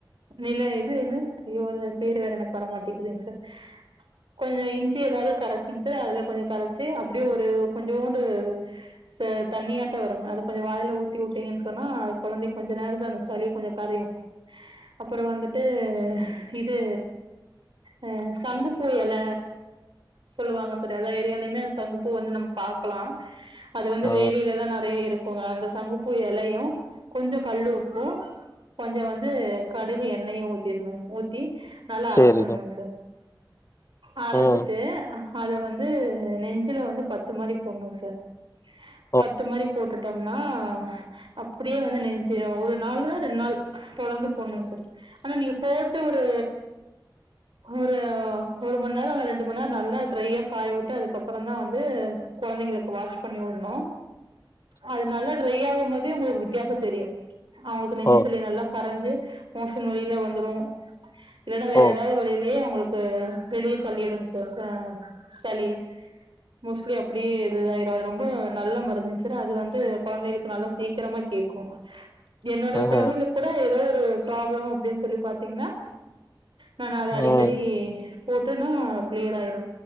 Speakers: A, on the right (about 80°); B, on the left (about 35°).
A: நில இது என்ன அய்யோ அது பேர் வேற எனக்கு வர மாட்டிக்கிதுங் சார்
B: பிளாக்
A: கொஞ்சோ இஞ்சி எதாவ்து கரச்சிங் சார் அதுல கொஞ்சோ கரச்சு அப்டியே ஒரு கொஞ்சோன்டு சார் தண்ணியாட்டோ வருங்க அத கொஞ்சோ வாய்ல ஊத்தி வுட்டீங்கன் சொன்னா அது கொழந்தைக்கு கொஞ்ச நேரத்துல அந்த சளி கொஞ்சொ கரையு அப்பறோ வந்துட்டு இது ஆ சங்குப்பூ எல சொல்லுவாங்க சார் எல்லா ஏரியாலயுமே அந்த சங்குப்பூ வந்து நம்ம பாக்கலா அது வந்து
B: ஆ
A: வேலிலதா நறையா இருக்குங்க அந்த சங்குப்பூ எலயு கொஞ்சொ கல்லு உப்பூ கொஞ்சொ வந்து கடுகு எண்ணயு ஊத்திட்ணு ஊத்தி நல்லா
B: சேரிங்க
A: அரச்சர்ணுங் சார் அரச்சிட்டு
B: ம்
A: அத வந்து நெஞ்சுல வந்து பத்து மாரி போட்ணுங் சார்
B: பிளாக்
A: பத்து மாரி போட்டுட்டம்னா அப்டியே வந்து நெஞ்சுல ஒரு நாளு ரெண்டு நாள் தொடர்ந்து போட்ணுங்சார் ஆனா நீங்க போட்டு ஒரு ஒரு ஒரு மண் நேரோ ஆனா ரெண்டுமண் நேரோ நல்லா ட்ரையா காய வுட்டு அதுக்கப்றோ தா வந்து கொழந்தைங்களு க்கு வாஷ் பண்ணி வுட்ணு
B: பிளாக்
A: அது நல்லா ட்ரை ஆகும்போதே ஒங்களுக்கு வித்தியாசோ தெரியு அவுங்களுக்கு நெஞ்சு
B: ஓ
A: சளி நல்லா கரஞ்சு மோஷன் வழில‌ வந்துரு இல்லனா வேற
B: ஓ
A: எதா து அவுங்களுக்கு வெளிய தள்ளிடுங் ச ச சளிய மோஸ்ட்லி அப்டியே இதுதாயிடு அது ரொம்ப நல்ல மருந்துங் சார் அது வந்து கொழந்தைளு க்கு நல்லா சீக்கிரமா கேக்கு என்னோட
B: ஆஹ
A: கொழந்தைளுக் கூட எதோ ஒரு ப்ராப்ளம் அப்டின் சொல்லி பாத்தீங்கன்னா நான் அத அடிக்க
B: ம்
A: டி போட்டுன்னா க்ளியர் ஆயிடு